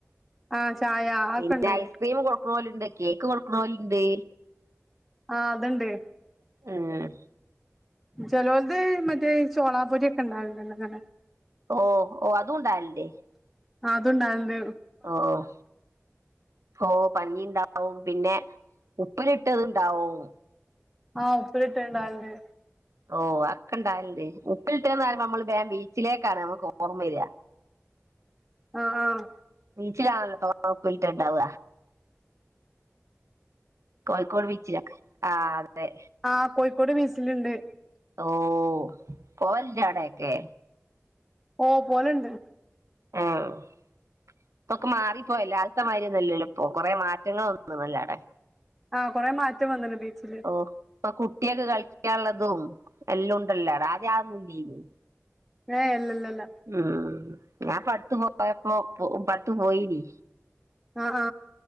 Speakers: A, in the centre; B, on the right.
A: ആഹ് ചായ അതൊക്കെ
B: പിന്നെ
A: ഉണ്ടായിനി
B: ഐസ്ക്രീം കൊട് ണോല്ണ്ട്. കേക്ക് കെട്ക്ക്ണോല്ണ്ട്.
A: ആ അത്ണ്ട്.
B: ഏഹ്.
A: ചെലോൽത് മറ്റേ ചോളാപൊരി ഒക്കെ ഇണ്ടാവൽണ്ടല്ലൊ ഇങ്ങനെ.
B: ഓഹ് ഓഹ്. അതുണ്ടാവൽല്ലെ.
A: അത് ഇണ്ടാവൽണ്ട്.
B: ഓഹ് ഓഹ് പഞ്ഞി ഇണ്ടാവും. പിന്നെ ഉപ്പ്ല് ഇട്ടത് ഇണ്ടാവും.
A: ആഹ്. ഉപ്പിലിട്ടെ ഇണ്ടാവൽണ്ട്.
B: ഓഹ്. അഹ് ഒക്കെ ഇണ്ടാവൽണ്ട്. ഉപ്പിലിട്ടെന്നെറിയുമ്പം നമ്മള് ബേം ബീച്ചിലേക്കാണ് നമക്ക് ഓർമ്മ വെര.
A: ആഹ്
B: ബീച്ച്ലാണല്ലോ <unintelligible> ഉപ്പിലിട്ടെ ഇണ്ടാവ. കോഴിക്കോട് ബീച്ചിലൊക്കെ ആഹ്. അതെ.
A: ആഹ് കോഴിക്കോട് ബീച്ച്ല്ണ്ട്.
B: ഓഹ് പോവൽണ്ടൊ. ആടെയൊക്കെ.
A: ഓഹ് പോവല്ണ്ട്.
B: ആഹ്. ഇപ്പൊക്കെ മാറിപ്പോയല്ലൊ. ആദ്യത്ത മാതിരി ഒന്നു അല്ലല്ലോ ഇപ്പൊ കൊറേ മാ റ്റങ്ങള് വെന്ന്ണല്ലൊ ആടേ.
A: ആ കൊറേ മാറ്റം വന്ന്ണ് ബീച്ച്ല്.
B: ഇപ്പ കുട്ട്യേക്ക് കളിക്കാള്ളതും എല്ലുണ്ടല്ലൊ ആടെ. ആദ്യ അതൊന്നു ഇല്ലേനി.
A: ഏഹ് ഇല്ല ഇല്ലല്ല
B: ഉം ഞാൻ ഇപ്പട്ത്ത് പോയപ്പോ ഇപ്പട്ത്തു പോയിനി.
A: ആഹ്